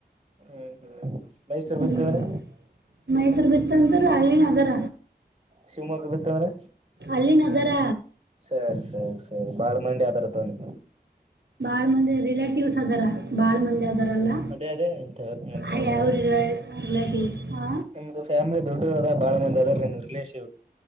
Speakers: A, on the right; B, on the right.
A: ಹ್ಮ್ ಹ್ಮ್ ಮೈಸೂರು
B: ಹ್ಞೂ
A: ಬಿತ್ತು ಅಂದ್ರ.
B: ಮೈಸೂರು ಬಿತಂದ್ರ ಅಲ್ಲಿನು ಅದರ.
A: ಶಿವಮೊಗ್ಗ ಬಿತ್ತ ಅಂದ್ರ.
B: ಅಲ್ಲಿನದರ.
A: ಸರಿ ಸರಿ ಸರಿ ಬಾಳ್ ಮಂಡಿ ಆದರ ತಗ ನಿಮಗ.
B: ಬಾಳ್ ಮಂದಿ ರಿಲೇಟಿವ್ಸ್ ಅದಾರ ಬಾಳ್ ಮಂದ ಒಂದೆದಾರಲ್ಲ
A: ಅದೇ ಅದೇ ಎಂತ ಮತ್
B: ಹಯ
A: ನಿಮ್
B: ಅವರು ರಿಲೇಟಿವ್ಸ್. ಹಾ
A: ನಿಮ್ದು ಫ್ಯಾಮಿಲಿ ದೊಡ್ಡದಾದ ಬಾಳ ಮಂದಿ ಅದರ ನಿಮ್ ರಿಲೇಷಿವ್.